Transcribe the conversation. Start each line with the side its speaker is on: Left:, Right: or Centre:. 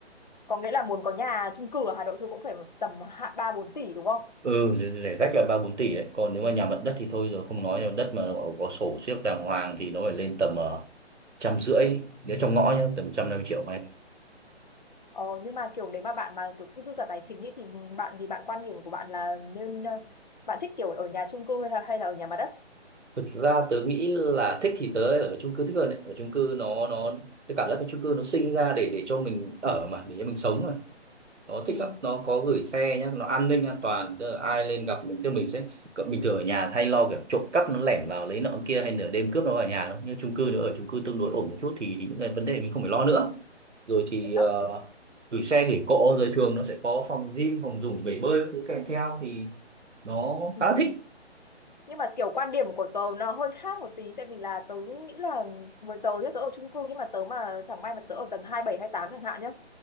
Left: có nghĩa là muốn có nhà chung cư ở Hà Nội thôi cũng phải tầm hạ ba bốn tỷ đúng không
Right: ừ rẻ rẻ rách là ba bốn tỷ đấy còn nếu mà nhà mặt đất thì thôi rồi không nói nhà mặt đất mà có, có sổ siếc đàng hoàng thì nó phải lên tầm ờ, trăm rưỡi nếu trong ngõ nhá tầm trăm năm mươi triệu mét
Left: ờ, nhưng mà kiểu nếu mà bạn mà kiểu cứ dư cả tài chính ý, thì bạn thì bạn quan điểm của bạn là nên ờ, bạn thích kiểu ở nhà chung cư hay là, hay là ở nhà mặt đất
Right: thực ra tớ nghĩ là thích thì tớ ở chung cư thích hơn đấy ở chung cư nó nó tớ cảm giác cái chung cư nó sinh ra để để cho mình ở mà để cho mình sống mà nó thích
Left: ừ,
Right: lắm nó có gửi xe nhá nó an ninh an toàn tức là ai lên gặp mình tức là mình sẽ cậu- bình thường ở nhà hay lo kiểu trộm cắp nó lẻn vào lấy nợ kia hay nửa đêm cướp nó vào nhà đâu nhưng chung cư nếu ở chung cư tương đối ổn một chút thì, thì những cái vấn đề mình không phải lo nữa rồi thì
Left: thế
Right: ờ,
Left: đó.
Right: gửi xe gửi cộ rồi thường nó sẽ có phòng gym phòng dùng bể bơi các thứ kèm theo thì nó
Left: Ừ.
Right: khá là thích
Left: nhưng mà kiểu quan điểm của tớ nó hơi khác một tí tại vì là tớ nghĩ là với tớ nhá tớ ở chung cư nhưng mà tớ mà chẳng may mà tớ ở tầng hai bảy hai tám chẳng hạn nhá